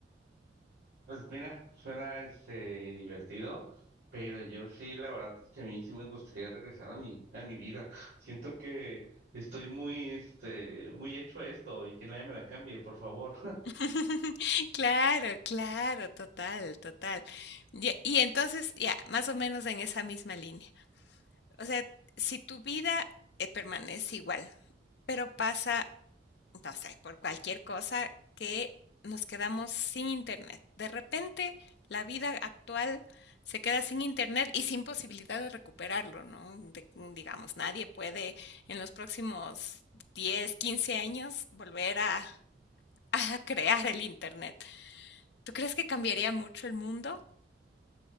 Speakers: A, on the right (about 75°); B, on the left (about 65°).
A: Pues mira, suena este divertido, pero yo sí, la verdad es que a mí sí me gustaría regresar a mi, a mi vida. <laughs> Siento que estoy muy, este, muy hecho a esto y que nadie me la cambie, por favor.
B: <laughs> Claro, claro, total, total. Ya, y entonces, ya, más o menos en esa misma línea. O sea, si tu vida, eh, permanece igual, pero pasa, no sé, por cualquier cosa que nos quedamos sin internet. De repente, la vida actual se queda sin internet y sin posibilidad de recuperarlo, ¿no? De- digamos, nadie puede en los próximos 10, 15 años volver a, <laughs> a crear el internet. ¿Tú crees que cambiaría mucho el mundo?